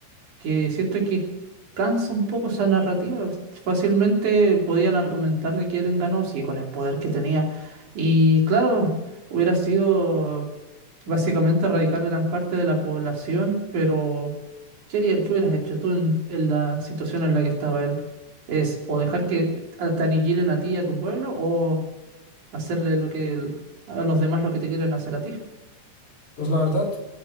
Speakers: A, on the right; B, on the left.
A: que siento que cansa un poco esa narrativa. Fácilmente podían argumentar de quién ganó, sí, con el poder que tenía. Y claro, hubiera sido básicamente erradicar gran parte de la población, pero ¿qué haría- qué hubieras hecho tú en, en la situación en la que estaba él? ¿Es o dejar que a- te aniquilen a ti y a tu pueblo o hacerle lo que el- a los demás lo que te quieren hacer a ti?
B: Pues la verdad,